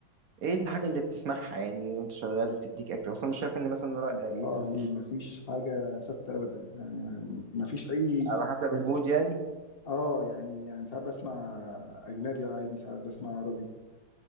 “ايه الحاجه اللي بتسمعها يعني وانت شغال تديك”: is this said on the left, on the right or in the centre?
Right